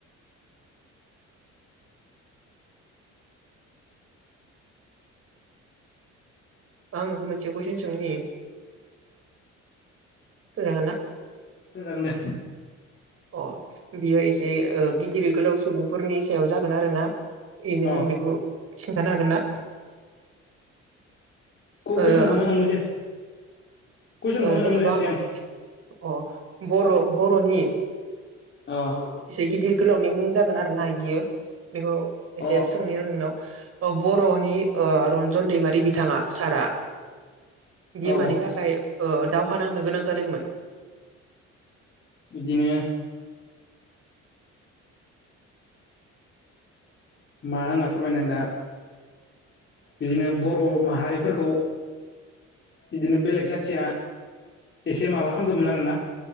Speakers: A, on the right; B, on the left.
A: आं नोंखौ मोनसे कुइसन सोंनि। सोंजागोनना?
B: सोंजागोन दे।
A: अ बेयो एसे ओ गिदिर गोलाब सुबुंफोरनि सायाव जागोन आरो ना। ए नों
B: अ
A: बेखौ खिन्थानो हागोन ना?
B: कुइसनखौ
A: औ आंनि
B: मोजां बुजियासै कुइसनखौ
A: ओ
B: मोजां
A: जेनेबा
B: बुजियासै
A: आङो
B: आं
A: अ बर' बर'नि
B: <unintelligible>
A: इसे गिदिर गोलावनि मुं जागोन आरो ना बियो बिखौ इसे
B: अ
A: सोंनि आं नोंनाव ओ बर'नि ओ रन्जन दैमारि बिथाङा सारआ बियो
B: औ
A: मानि थाखाय ओ दावहा नांनो गोनां जादोंमोन?
B: बिदिनो मा होनना फोरमायनो आं दा बिदिनो बर' माहारिफोरखौ बिदिनो बेलेग जाथिया एसे माबा खामदोमोन आरोना